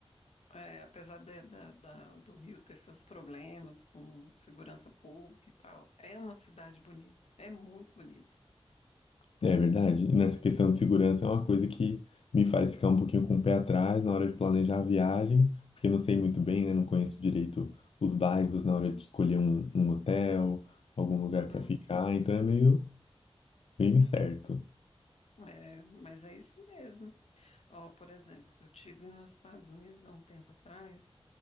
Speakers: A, on the left; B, on the left.
A: é, apesar de- da, da- do Rio ter seus problemas com segurança pública e tal, é uma cidade bonita, é muito bonita.
B: É verdade. E nessa questão de segurança é uma coisa que me faz ficar um pouquinho com o pé atrás na hora de planejar a viagem, porque não sei muito bem, né? Não conheço direito os bairros na hora de escolher um, um hotel, algum lugar para
A: Uhum.
B: ficar, então é meio, meio incerto.
A: É, mas é isso mesmo. Ó, por exemplo, eu tive nos Estados Unidos há um tempo atrás